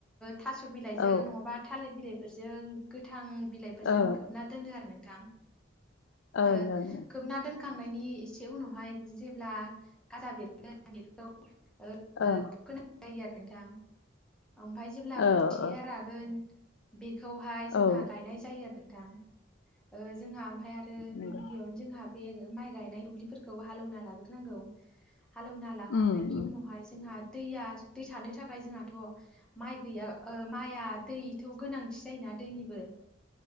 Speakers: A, in the centre; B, on the left.
A: थास' बिलाइजों
B: ओं
A: नङाबा थालिर। बिलाइफोरजों गोथां। बिलाइफोरजों
B: ओ
A: खोब ना दोनो आरो नोंथां।
B: ओं
A: <inaudible> ओ
B: ओं
A: खोबना दोन। थांनायनि एस से उनावहाय जेब्ला। गाजा बेरगोना बेरैखौ <unintelligible>
B: ओं
A: यो आरो नोंथां ओमफ्राय जेब्ला
B: औ
A: खोथिया
B: औ
A: रागोन बे खौहाय जोंहा
B: ओं ओं
A: गायनाय जायो आरो। थां ओ जोंहा ओमफ्राय आरो
B: नंगौ
A: गिबि गिबियावनो जोंहा बे माइ गायनाय दुब्लि फोरखौ हालौना लाग्रो नांगौ हालौना लाखांनायनि
B: उम उम
A: उनावहाय जोंहा दैया दै थानो थाखाय जोंहा। थ माइ गैया माइआ दै थ' गोनांथि जायोना दैनिबो